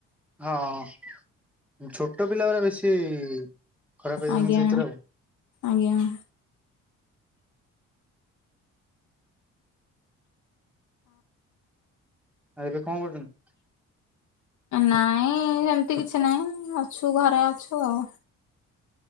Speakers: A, in the centre; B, on the left.
A: ହଁ ଛୋଟ ପିଲା ଉରା ବେଶୀ ଖରାପ ହେଇଯାଉଛନ୍ତି
B: ଆଜ୍ଞା
A: ସେଥିରେ ଆଉ
B: ଆଜ୍ଞା।
A: ଆଉ ଏବେ କଁ କରୁଛନ୍ତି।
B: ନାଇଁ ହେମ୍ତି କିଛି ନାଇଁ ଅଛୁ ଘରେ ଅଛୁ ଆଉ।